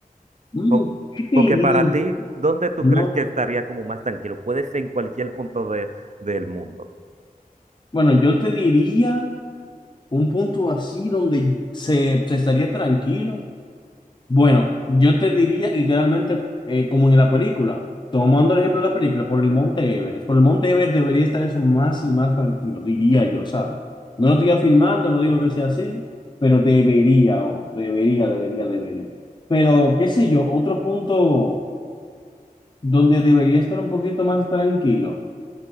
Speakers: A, on the left (about 30°); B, on the right (about 50°).
A: Mm,
B: Po-
A: ¿Qué te
B: Porque
A: di?
B: para ti, ¿dónde tú
A: No.
B: crees que estaría como más tranquilo? Puede ser en cualquier punto de- del mundo.
A: Bueno, yo te diría un punto así donde se, se estaría tranquilo. Bueno, yo te diría literalmente eh, como en la película, tomando el ejemplo de la película, por el Monte Everest. Por el Monte Everest debería estar eso más y más tranquilo, diría yo, ¿sabes? No lo estoy afirmando, no digo que sea así, pero debería, o debería, debería, debería. Pero qué sé yo, otro punto donde debería estar un poquito más tranquilo.